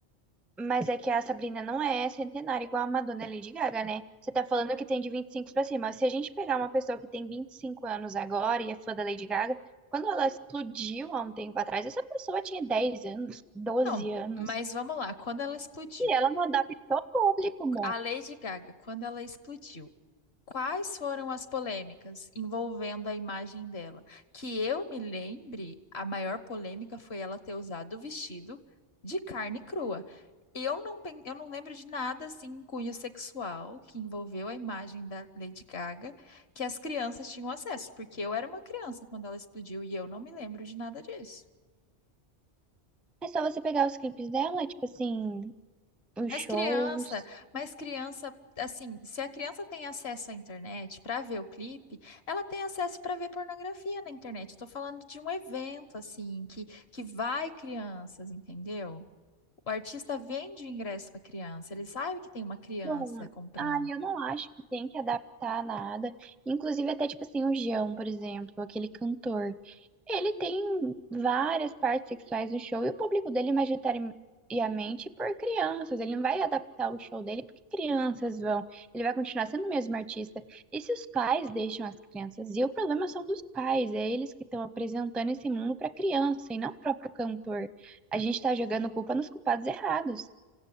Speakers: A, in the centre; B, on the left.
A: Mas é que a Sabrina não é centenária igual a Madonna e a Lady Gaga, né? Você tá falando que tem de 25 pra cima. Se a gente pegar uma pessoa que tem 25 anos agora e é fã da Lady Gaga, quando ela explodiu há um tempo atrás, essa pessoa tinha 10 anos, 12
B: Não,
A: anos.
B: mas vamos lá. Quando ela explodiu,
A: E ela não adaptou o público, amor.
B: a Lady Gaga, quando ela explodiu, quais foram as polêmicas envolvendo a imagem dela? Que eu me lembre, a maior polêmica foi ela ter usado o vestido de carne crua. Eu não, pen- eu não lembro de nada assim, em cunho sexual que envolveu a imagem da Lady Gaga que as crianças tinham acesso, porque eu era uma criança quando ela explodiu e eu não me lembro de nada disso.
A: É só você pegar os clipes dela, tipo assim, os
B: Mas
A: shows.
B: criança, mas criança, assim, se a criança tem acesso à internet para ver o clipe, ela tem acesso para ver pornografia na internet. Estou falando de um evento, assim, que, que vai crianças, entendeu? O artista vende o ingresso para criança, ele sabe que tem uma criança
A: Bom,
B: comprando.
A: ah, eu não acho que tem que adaptar nada. Inclusive, até tipo assim, o Jão, por exemplo, aquele cantor. Ele tem várias partes sexuais no show e o público dele, majoritariamente, por crianças. Ele não vai adaptar o show dele porque crianças vão. Ele vai continuar sendo o mesmo artista. E se os pais deixam as crianças? E o problema são dos pais, é eles que estão apresentando esse mundo para criança e não o próprio cantor. A gente tá jogando culpa nos culpados errados.